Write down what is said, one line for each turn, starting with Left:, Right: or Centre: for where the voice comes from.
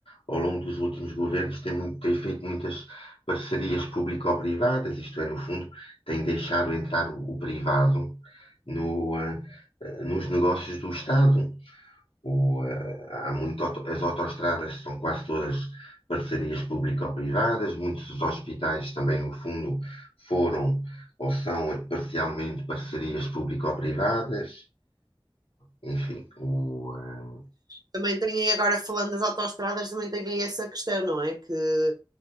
Left: ao longo dos últimos governos, tem, muito, tem feito muitas parcerias público-privadas, isto é, no fundo, tem deixado entrar o, o privado no, ah, ah, nos negócios do Estado. O, ah, há muito, auto- as autoestradas são quase todas parcerias público-privadas, muitos dos hospitais também, no fundo, foram ou são parcialmente parcerias público-privadas. Enfim, o, ah,
Right: Também tem aí, agora falando das autoestradas, também tem aí essa questão, não é? Que